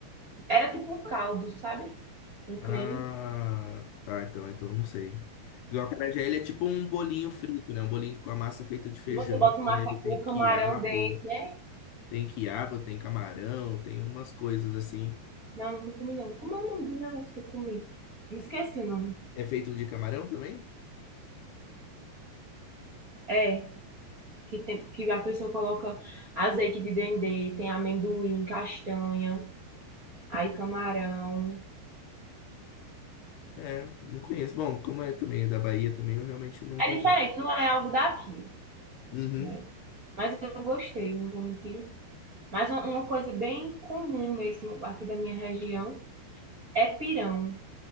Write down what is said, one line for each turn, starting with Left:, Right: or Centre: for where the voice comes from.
Right: Era tipo um caldo, sabe? Um creme.
Left: Ah, tá, então, então eu não sei. Porque o acarajé, ele é tipo um bolinho frito, né? Um bolinho com a massa feita de feijão,
Right: Você bota uma
Left: e
Right: ca-
Left: aí tem
Right: o camarão
Left: quiabo,
Right: dentro, né?
Left: tem quiabo, tem camarão, tem umas coisas assim.
Right: Não, nunca comi não. Como é o nome do negócio que eu comi? Me esqueci o nome.
Left: É feito de camarão também?
Right: É, que, tem, que a pessoa coloca azeite de dendê, tem amendoim, castanha. Aí camarão.
Left: É, não conheço. Bom, como é também é da Bahia também, eu realmente não
Right: É
Left: conheço.
Right: diferente, não é algo daqui,
Left: Uhum.
Right: né? Mas eu gostei, não vou mentir. Mas uma- coisa bem comum mesmo aqui da minha região é pirão.